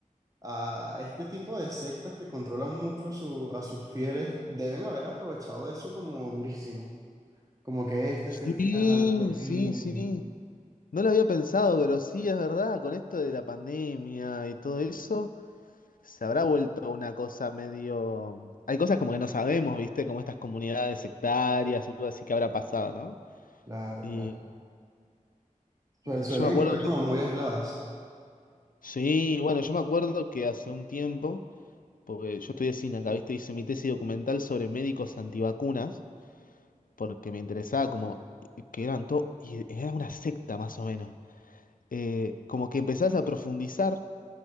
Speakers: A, on the right; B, on the left.
A: a este tipo de sectas que controlan mucho a, su- a sus fieles, deben haber aprovechado eso como durísimo, como que este
B: sí,
A: es el final, por fin.
B: sí, sí, no lo había pensado, pero sí, es verdad, con esto de la pandemia y todo eso, se habrá vuelto una cosa medio... Hay cosas como que no sabemos, ¿viste? Como estas comunidades sectarias, algo así que habrá pasado, ¿no?
A: Claro,
B: Y
A: claro. Suel- suelen
B: yo me acuerdo,
A: estar como muy aisladas.
B: sí, bueno, yo me acuerdo que hace un tiempo... porque yo estudié cine acá, ¿viste? Hice mi tesis documental sobre médicos antivacunas, porque me interesaba como que eran todo, y era una secta más o menos. Eh, como que empezás a profundizar